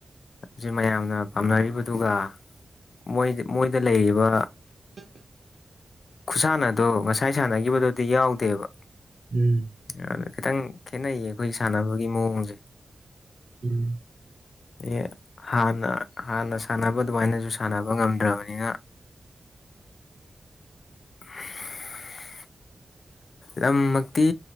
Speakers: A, on the left (about 75°); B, on the right (about 55°).
A: ꯖꯦ ꯃꯌꯥꯝꯅ ꯄꯥꯝꯅꯔꯤꯕꯗꯨꯒ ꯃꯣꯏ ꯃꯣꯏꯗ ꯂꯩꯔꯤꯕ
B: <inaudible>
A: ꯈꯨꯁꯥꯟꯅꯗꯣ ꯉꯁꯥꯏ ꯁꯥꯟꯅꯈꯤꯕꯗꯨꯗꯤ ꯌꯥꯎꯗꯦꯕ
B: ꯎꯝ
A: <unintelligible> ꯈꯤꯇꯪ ꯈꯦꯠꯅꯩꯌꯦ ꯑꯩꯈꯣꯏ ꯁꯥꯟꯅꯕꯒꯤ ꯃꯑꯣꯡꯁꯦ
B: ꯎꯝ
A: ꯑ ꯍꯥꯟꯅ ꯍꯥꯟꯅ ꯁꯥꯟꯅꯕ ꯑꯗꯨꯃꯥꯏꯅꯁꯨ ꯁꯥꯟꯅꯕ ꯉꯝꯗ꯭ꯔꯕꯅꯤꯅ <unintelligible> ꯂꯝꯃꯛꯇꯤ